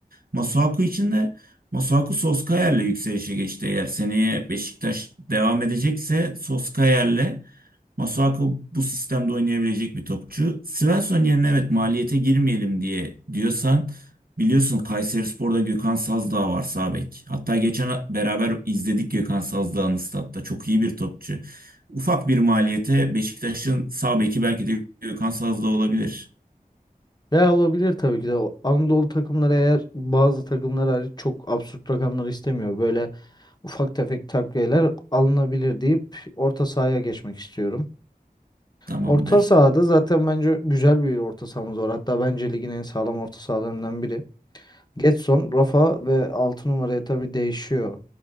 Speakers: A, on the right; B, on the left.
A: Masuaku için de Masuaku Soskayer'le yükselişe geçti. Eğer seneye Beşiktaş devam edecekse Soskayer'le Masuako bu sistemde oynayabilecek bir topçu. Svensson yerine evet maliyete girmeyelim diye diyorsan biliyorsun Kayserispor'da Gökhan Sazdağ var sağ bek. Hatta geçen beraber izledik Gökhan Sazdağ'ın statta. Çok iyi bir topçu. Ufak bir maliyete Beşiktaş'ın sağ beki belki de Gökhan Sazdağ olabilir.
B: Ya olabilir tabii ki de. O Anadolu takımları eğer bazı takımlar hariç çok absürt rakamlar istemiyor. Böyle ufak tefek takviyeler alınabilir deyip orta sahaya geçmek istiyorum.
A: Tamamdır.
B: Orta sahada zaten bence güzel bir orta sahamız var. Hatta bence ligin en sağlam orta sahalarından biri. Getson, Rafa ve 6 numaraya tabii değişiyor.